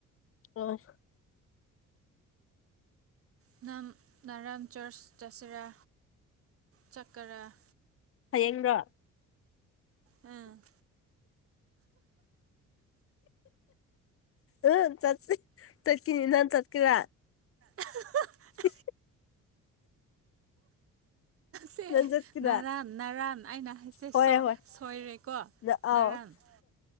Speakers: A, on the left; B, on the right.
A: ꯑꯣ
B: ꯅꯪ ꯅꯔꯥꯡ ꯆ꯭ꯔꯁ ꯆꯆꯔꯥ ꯆꯀꯔꯥ
A: ꯍꯌꯦꯡꯗꯣ
B: ꯎꯝ
A: ꯎ ꯆꯠꯄꯤ ꯆꯠꯀꯤꯅꯤ ꯅꯥꯟ ꯆꯠꯀꯤꯔ
B: ꯍꯥꯥ ꯍꯥ
A: ꯎ
B: ꯁꯦ
A: ꯅꯪ ꯆꯠꯀꯦꯔꯥ
B: ꯅꯔꯥꯟ ꯅꯔꯥꯟ ꯑꯩꯅ ꯍꯥꯏꯁꯦ
A: ꯍꯣꯏ ꯍꯣꯏ
B: ꯁꯣꯏꯔꯦꯀꯣ
A: ꯑꯥꯎ
B: ꯅꯔꯥꯟ <inaudible>